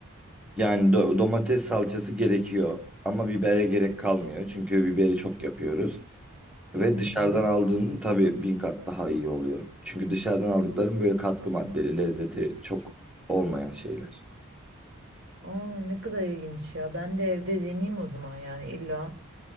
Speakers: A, in the centre; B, on the right.
A: yani do- domates salçası gerekiyor ama bibere gerek kalmıyor. Çünkü biberi çok yapıyoruz. Ve
B: Hı hı.
A: dışarıdan aldığının tabii bin kat daha iyi oluyor. Çünkü dışarıdan aldıkların böyle katkı maddeli, lezzeti çok olmayan şeyler.
B: Aa ne kadar ilginç ya. Ben de evde deneyeyim o zaman yani illa.